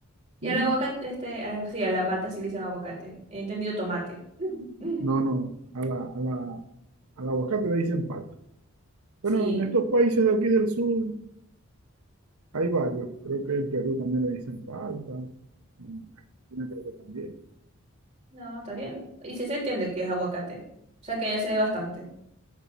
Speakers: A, on the right (about 30°); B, on the right (about 85°).
A: Y
B: ¿sí?
A: el aguacate, este, ah, sí, a la palta sí le dicen aguacate. He entendido tomate. <laughs>
B: No, no, a la, a la, al aguacate le dicen palta.
A: Sí,
B: Bueno, en estos países de aquí del sur hay varios. Creo que en Perú también le dicen palta, en Argentina creo que también.
A: no, está bien. Y sí se entiende que es aguacate. O sea que ya se ve bastante.